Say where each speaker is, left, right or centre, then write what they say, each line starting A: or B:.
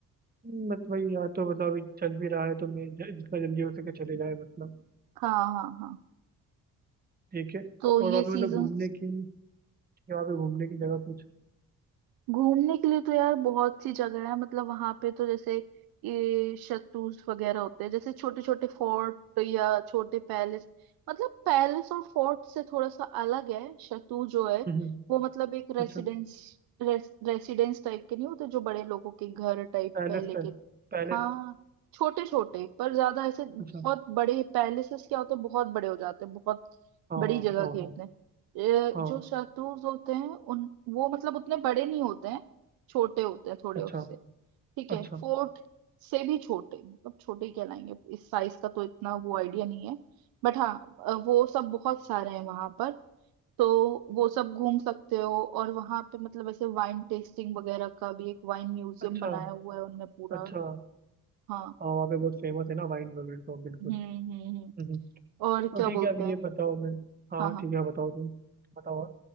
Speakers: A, on the right (about 25°); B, on the right (about 80°).
A: मतलब वही यहाँ तो मतलब अभी चल भी रहा है तो मैं ज- जितना जल्दी हो सके चले जाए मतलब
B: हाँ हाँ हाँ
A: ठीक है
B: तो
A: और
B: ये
A: वहाँ पे
B: सीजन
A: मतलब घूमने की वहाँ पे घूमने की जगह कुछ
B: घूमने के लिए तो यार बहुत सी जगह है मतलब वहां पे तो जैसे ये शत्रुज वगैरह होते हैं जैसे छोटे छोटे फोर्ट या छोटे पैलेस मतलब पैलेस और फोर्ट से थोड़ा सा अलग है शत्रुज जो है
A: हम्म
B: वो मतलब एक रेसिडेंस
A: अच्छा
B: रेस, रेसिडेंस टाइप के नहीं होते जो बड़े लोगों के घर टाइप
A: पैलेस
B: पहले
A: टाइप
B: के
A: पैलेस
B: हाँ छोटे छोटे पर ज्यादा ऐसे बहुत
A: अच्छा
B: बड़े पैलेसेस क्या होते हैं बहुत बड़े हो जाते हैं बहुत
A: हाँ
B: बड़ी
A: हाँ
B: जगह
A: हाँ
B: घेरते
A: हाँ
B: हैं ये
A: हाँ,
B: जो शत्रुज होते हैं उन वो मतलब उतने बड़े नहीं होते हैं छोटे होते हैं थोड़े
A: अच्छा
B: उससे ठीक है
A: अच्छा
B: फोर्ट से भी छोटे मतलब छोटे ही कहलाएंगे इस साइज का तो इतना वो आइडिया नहीं है बट हाँ अ, वो सब बहुत सारे हैं वहां पर तो वो सब घूम सकते हो और वहां पे मतलब ऐसे वाइन टेस्टिंग वगैरह का भी एक वाइन म्यूजियम
A: अच्छा
B: बनाया हुआ है उनने पूरा
A: अच्छा
B: हाँ
A: हाँ वहाँ पे बहुत फेमस है ना वाइन वगैरह तो बिल्कुल
B: हम्म हम्म हम्म।
A: हम्म
B: और
A: तो
B: क्या
A: ठीक
B: बोलते
A: है अब ये
B: हैं
A: बताओ मैं हाँ
B: हाँ हाँ
A: ठीक है बताओ तुम बताओ